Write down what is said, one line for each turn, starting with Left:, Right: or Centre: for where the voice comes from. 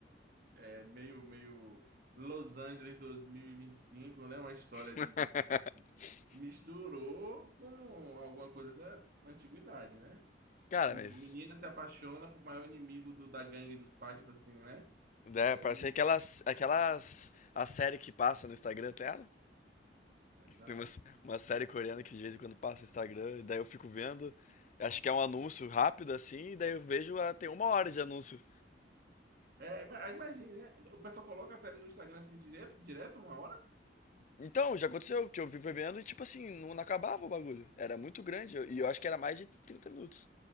Right: é meio, meio Los Angeles 2025, né? Uma história
Left: <laughs>
Right: de, de- de- de- misturou com alguma coisa da antiguidade, né?
Left: Cara,
Right: Um
Left: mas.
Right: menino se apaixona pro maior inimigo do- da gangue dos pais, tipo assim, né?
Left: Né,
Right: É,
Left: parece
Right: e-
Left: aquelas, aquelas. A série que passa no Instagram, tá ligado?
Right: é, exato.
Left: Tem uma, uma série coreana que de vez em quando passa no Instagram, e daí eu fico vendo. Acho que é um anúncio rápido assim, e daí eu vejo, ah, tem uma hora de anúncio.
Right: É, ima- aí imagine, né? O pessoal coloca a série no Instagram assim direto, direto, uma hora.
Left: Então, já aconteceu que eu vi vendo e, tipo assim, não acabava o bagulho. Era muito grande, eu- e eu acho que era mais de 30 minutos.